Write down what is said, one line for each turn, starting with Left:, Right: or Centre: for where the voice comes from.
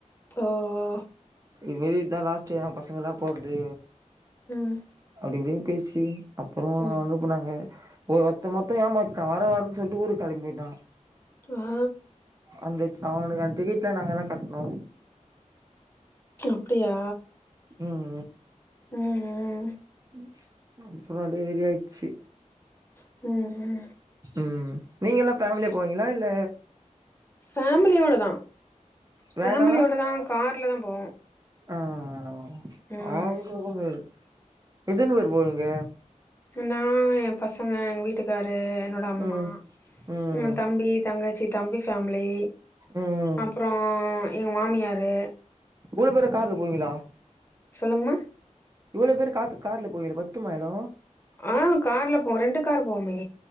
Left: ஓ ஓ
Right: இது மேரி இதா லாஸ்ட்டே பசங்கல்லா போற்து
Left: ம்
Right: அப்டி இப்டினு பேசி அப்பறோ
Left: ம்
Right: அனுப்புனாங்க ஓ ஒர்த்த மட்டு ஏமாத்திர்க்கா வர வரன் சொல்ட்டு ஊருக் கெளம்பிட்டா
Left: ஆ
Right: அந்த அவனுக்கு அந் டிக்கெட்லா நாங்க தா கட்ணோ
Left: அப்டியா
Right: ம்
Left: ம் ம்
Right: ம் அப்றோ அப்டே ஏறியாச்சு
Left: ம் ம்
Right: ம் நீங்கல்லா பேம்லியா போவீங்களா இல்ல
Left: ஃபேமிலியோட தா ஃபேமிலியோட
Right: வேனா
Left: தா கார்ல தா போவோ
Right: ஆ <unintelligible>
Left: ம்
Right: முடியாது எத்தன் பேர் போவீங்க
Left: நா எ பசங்க எங்க வீட்டுக் காரு என்னோட அம்மா
Right: ம் ம்
Left: எந்தம்பி எந்தங்கச்சி தம்பி ஃபேமிலி
Right: ம்
Left: அப்புறோ எங்க மாமியாரு
Right: இவ்ளோ பேரு கார்ல போவீங்களா
Left: சொல்லுங்மா
Right: இவ்வளோ பேரு காத்து கார்ல போறீங்களே பத்துமா எடோ
Left: ஆ கார்ல போவோ ரெண்டு கார் போவமே